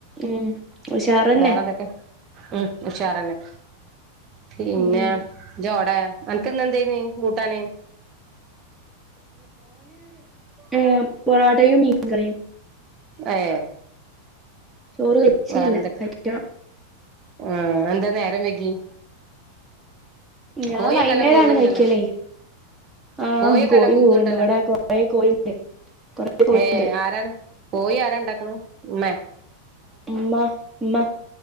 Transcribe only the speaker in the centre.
ഉം ഉഷാറന്നെ
ഉം
ഉം പൊറോട്ടയും മീൻ കറിയും.
ചോറ് കഴിച്ചില്ല
കഴിക്കണം
ഞാൻ
വൈന്നേരാണ്
കഴിക്കലേ ആഹ്
കോഴി
കൂവുണ്ട് ഇവിടെ കൊറേ കോഴിണ്ട് കൊറേ കോഴിണ്ട്
ഉമ്മ്മ ഉമ്മ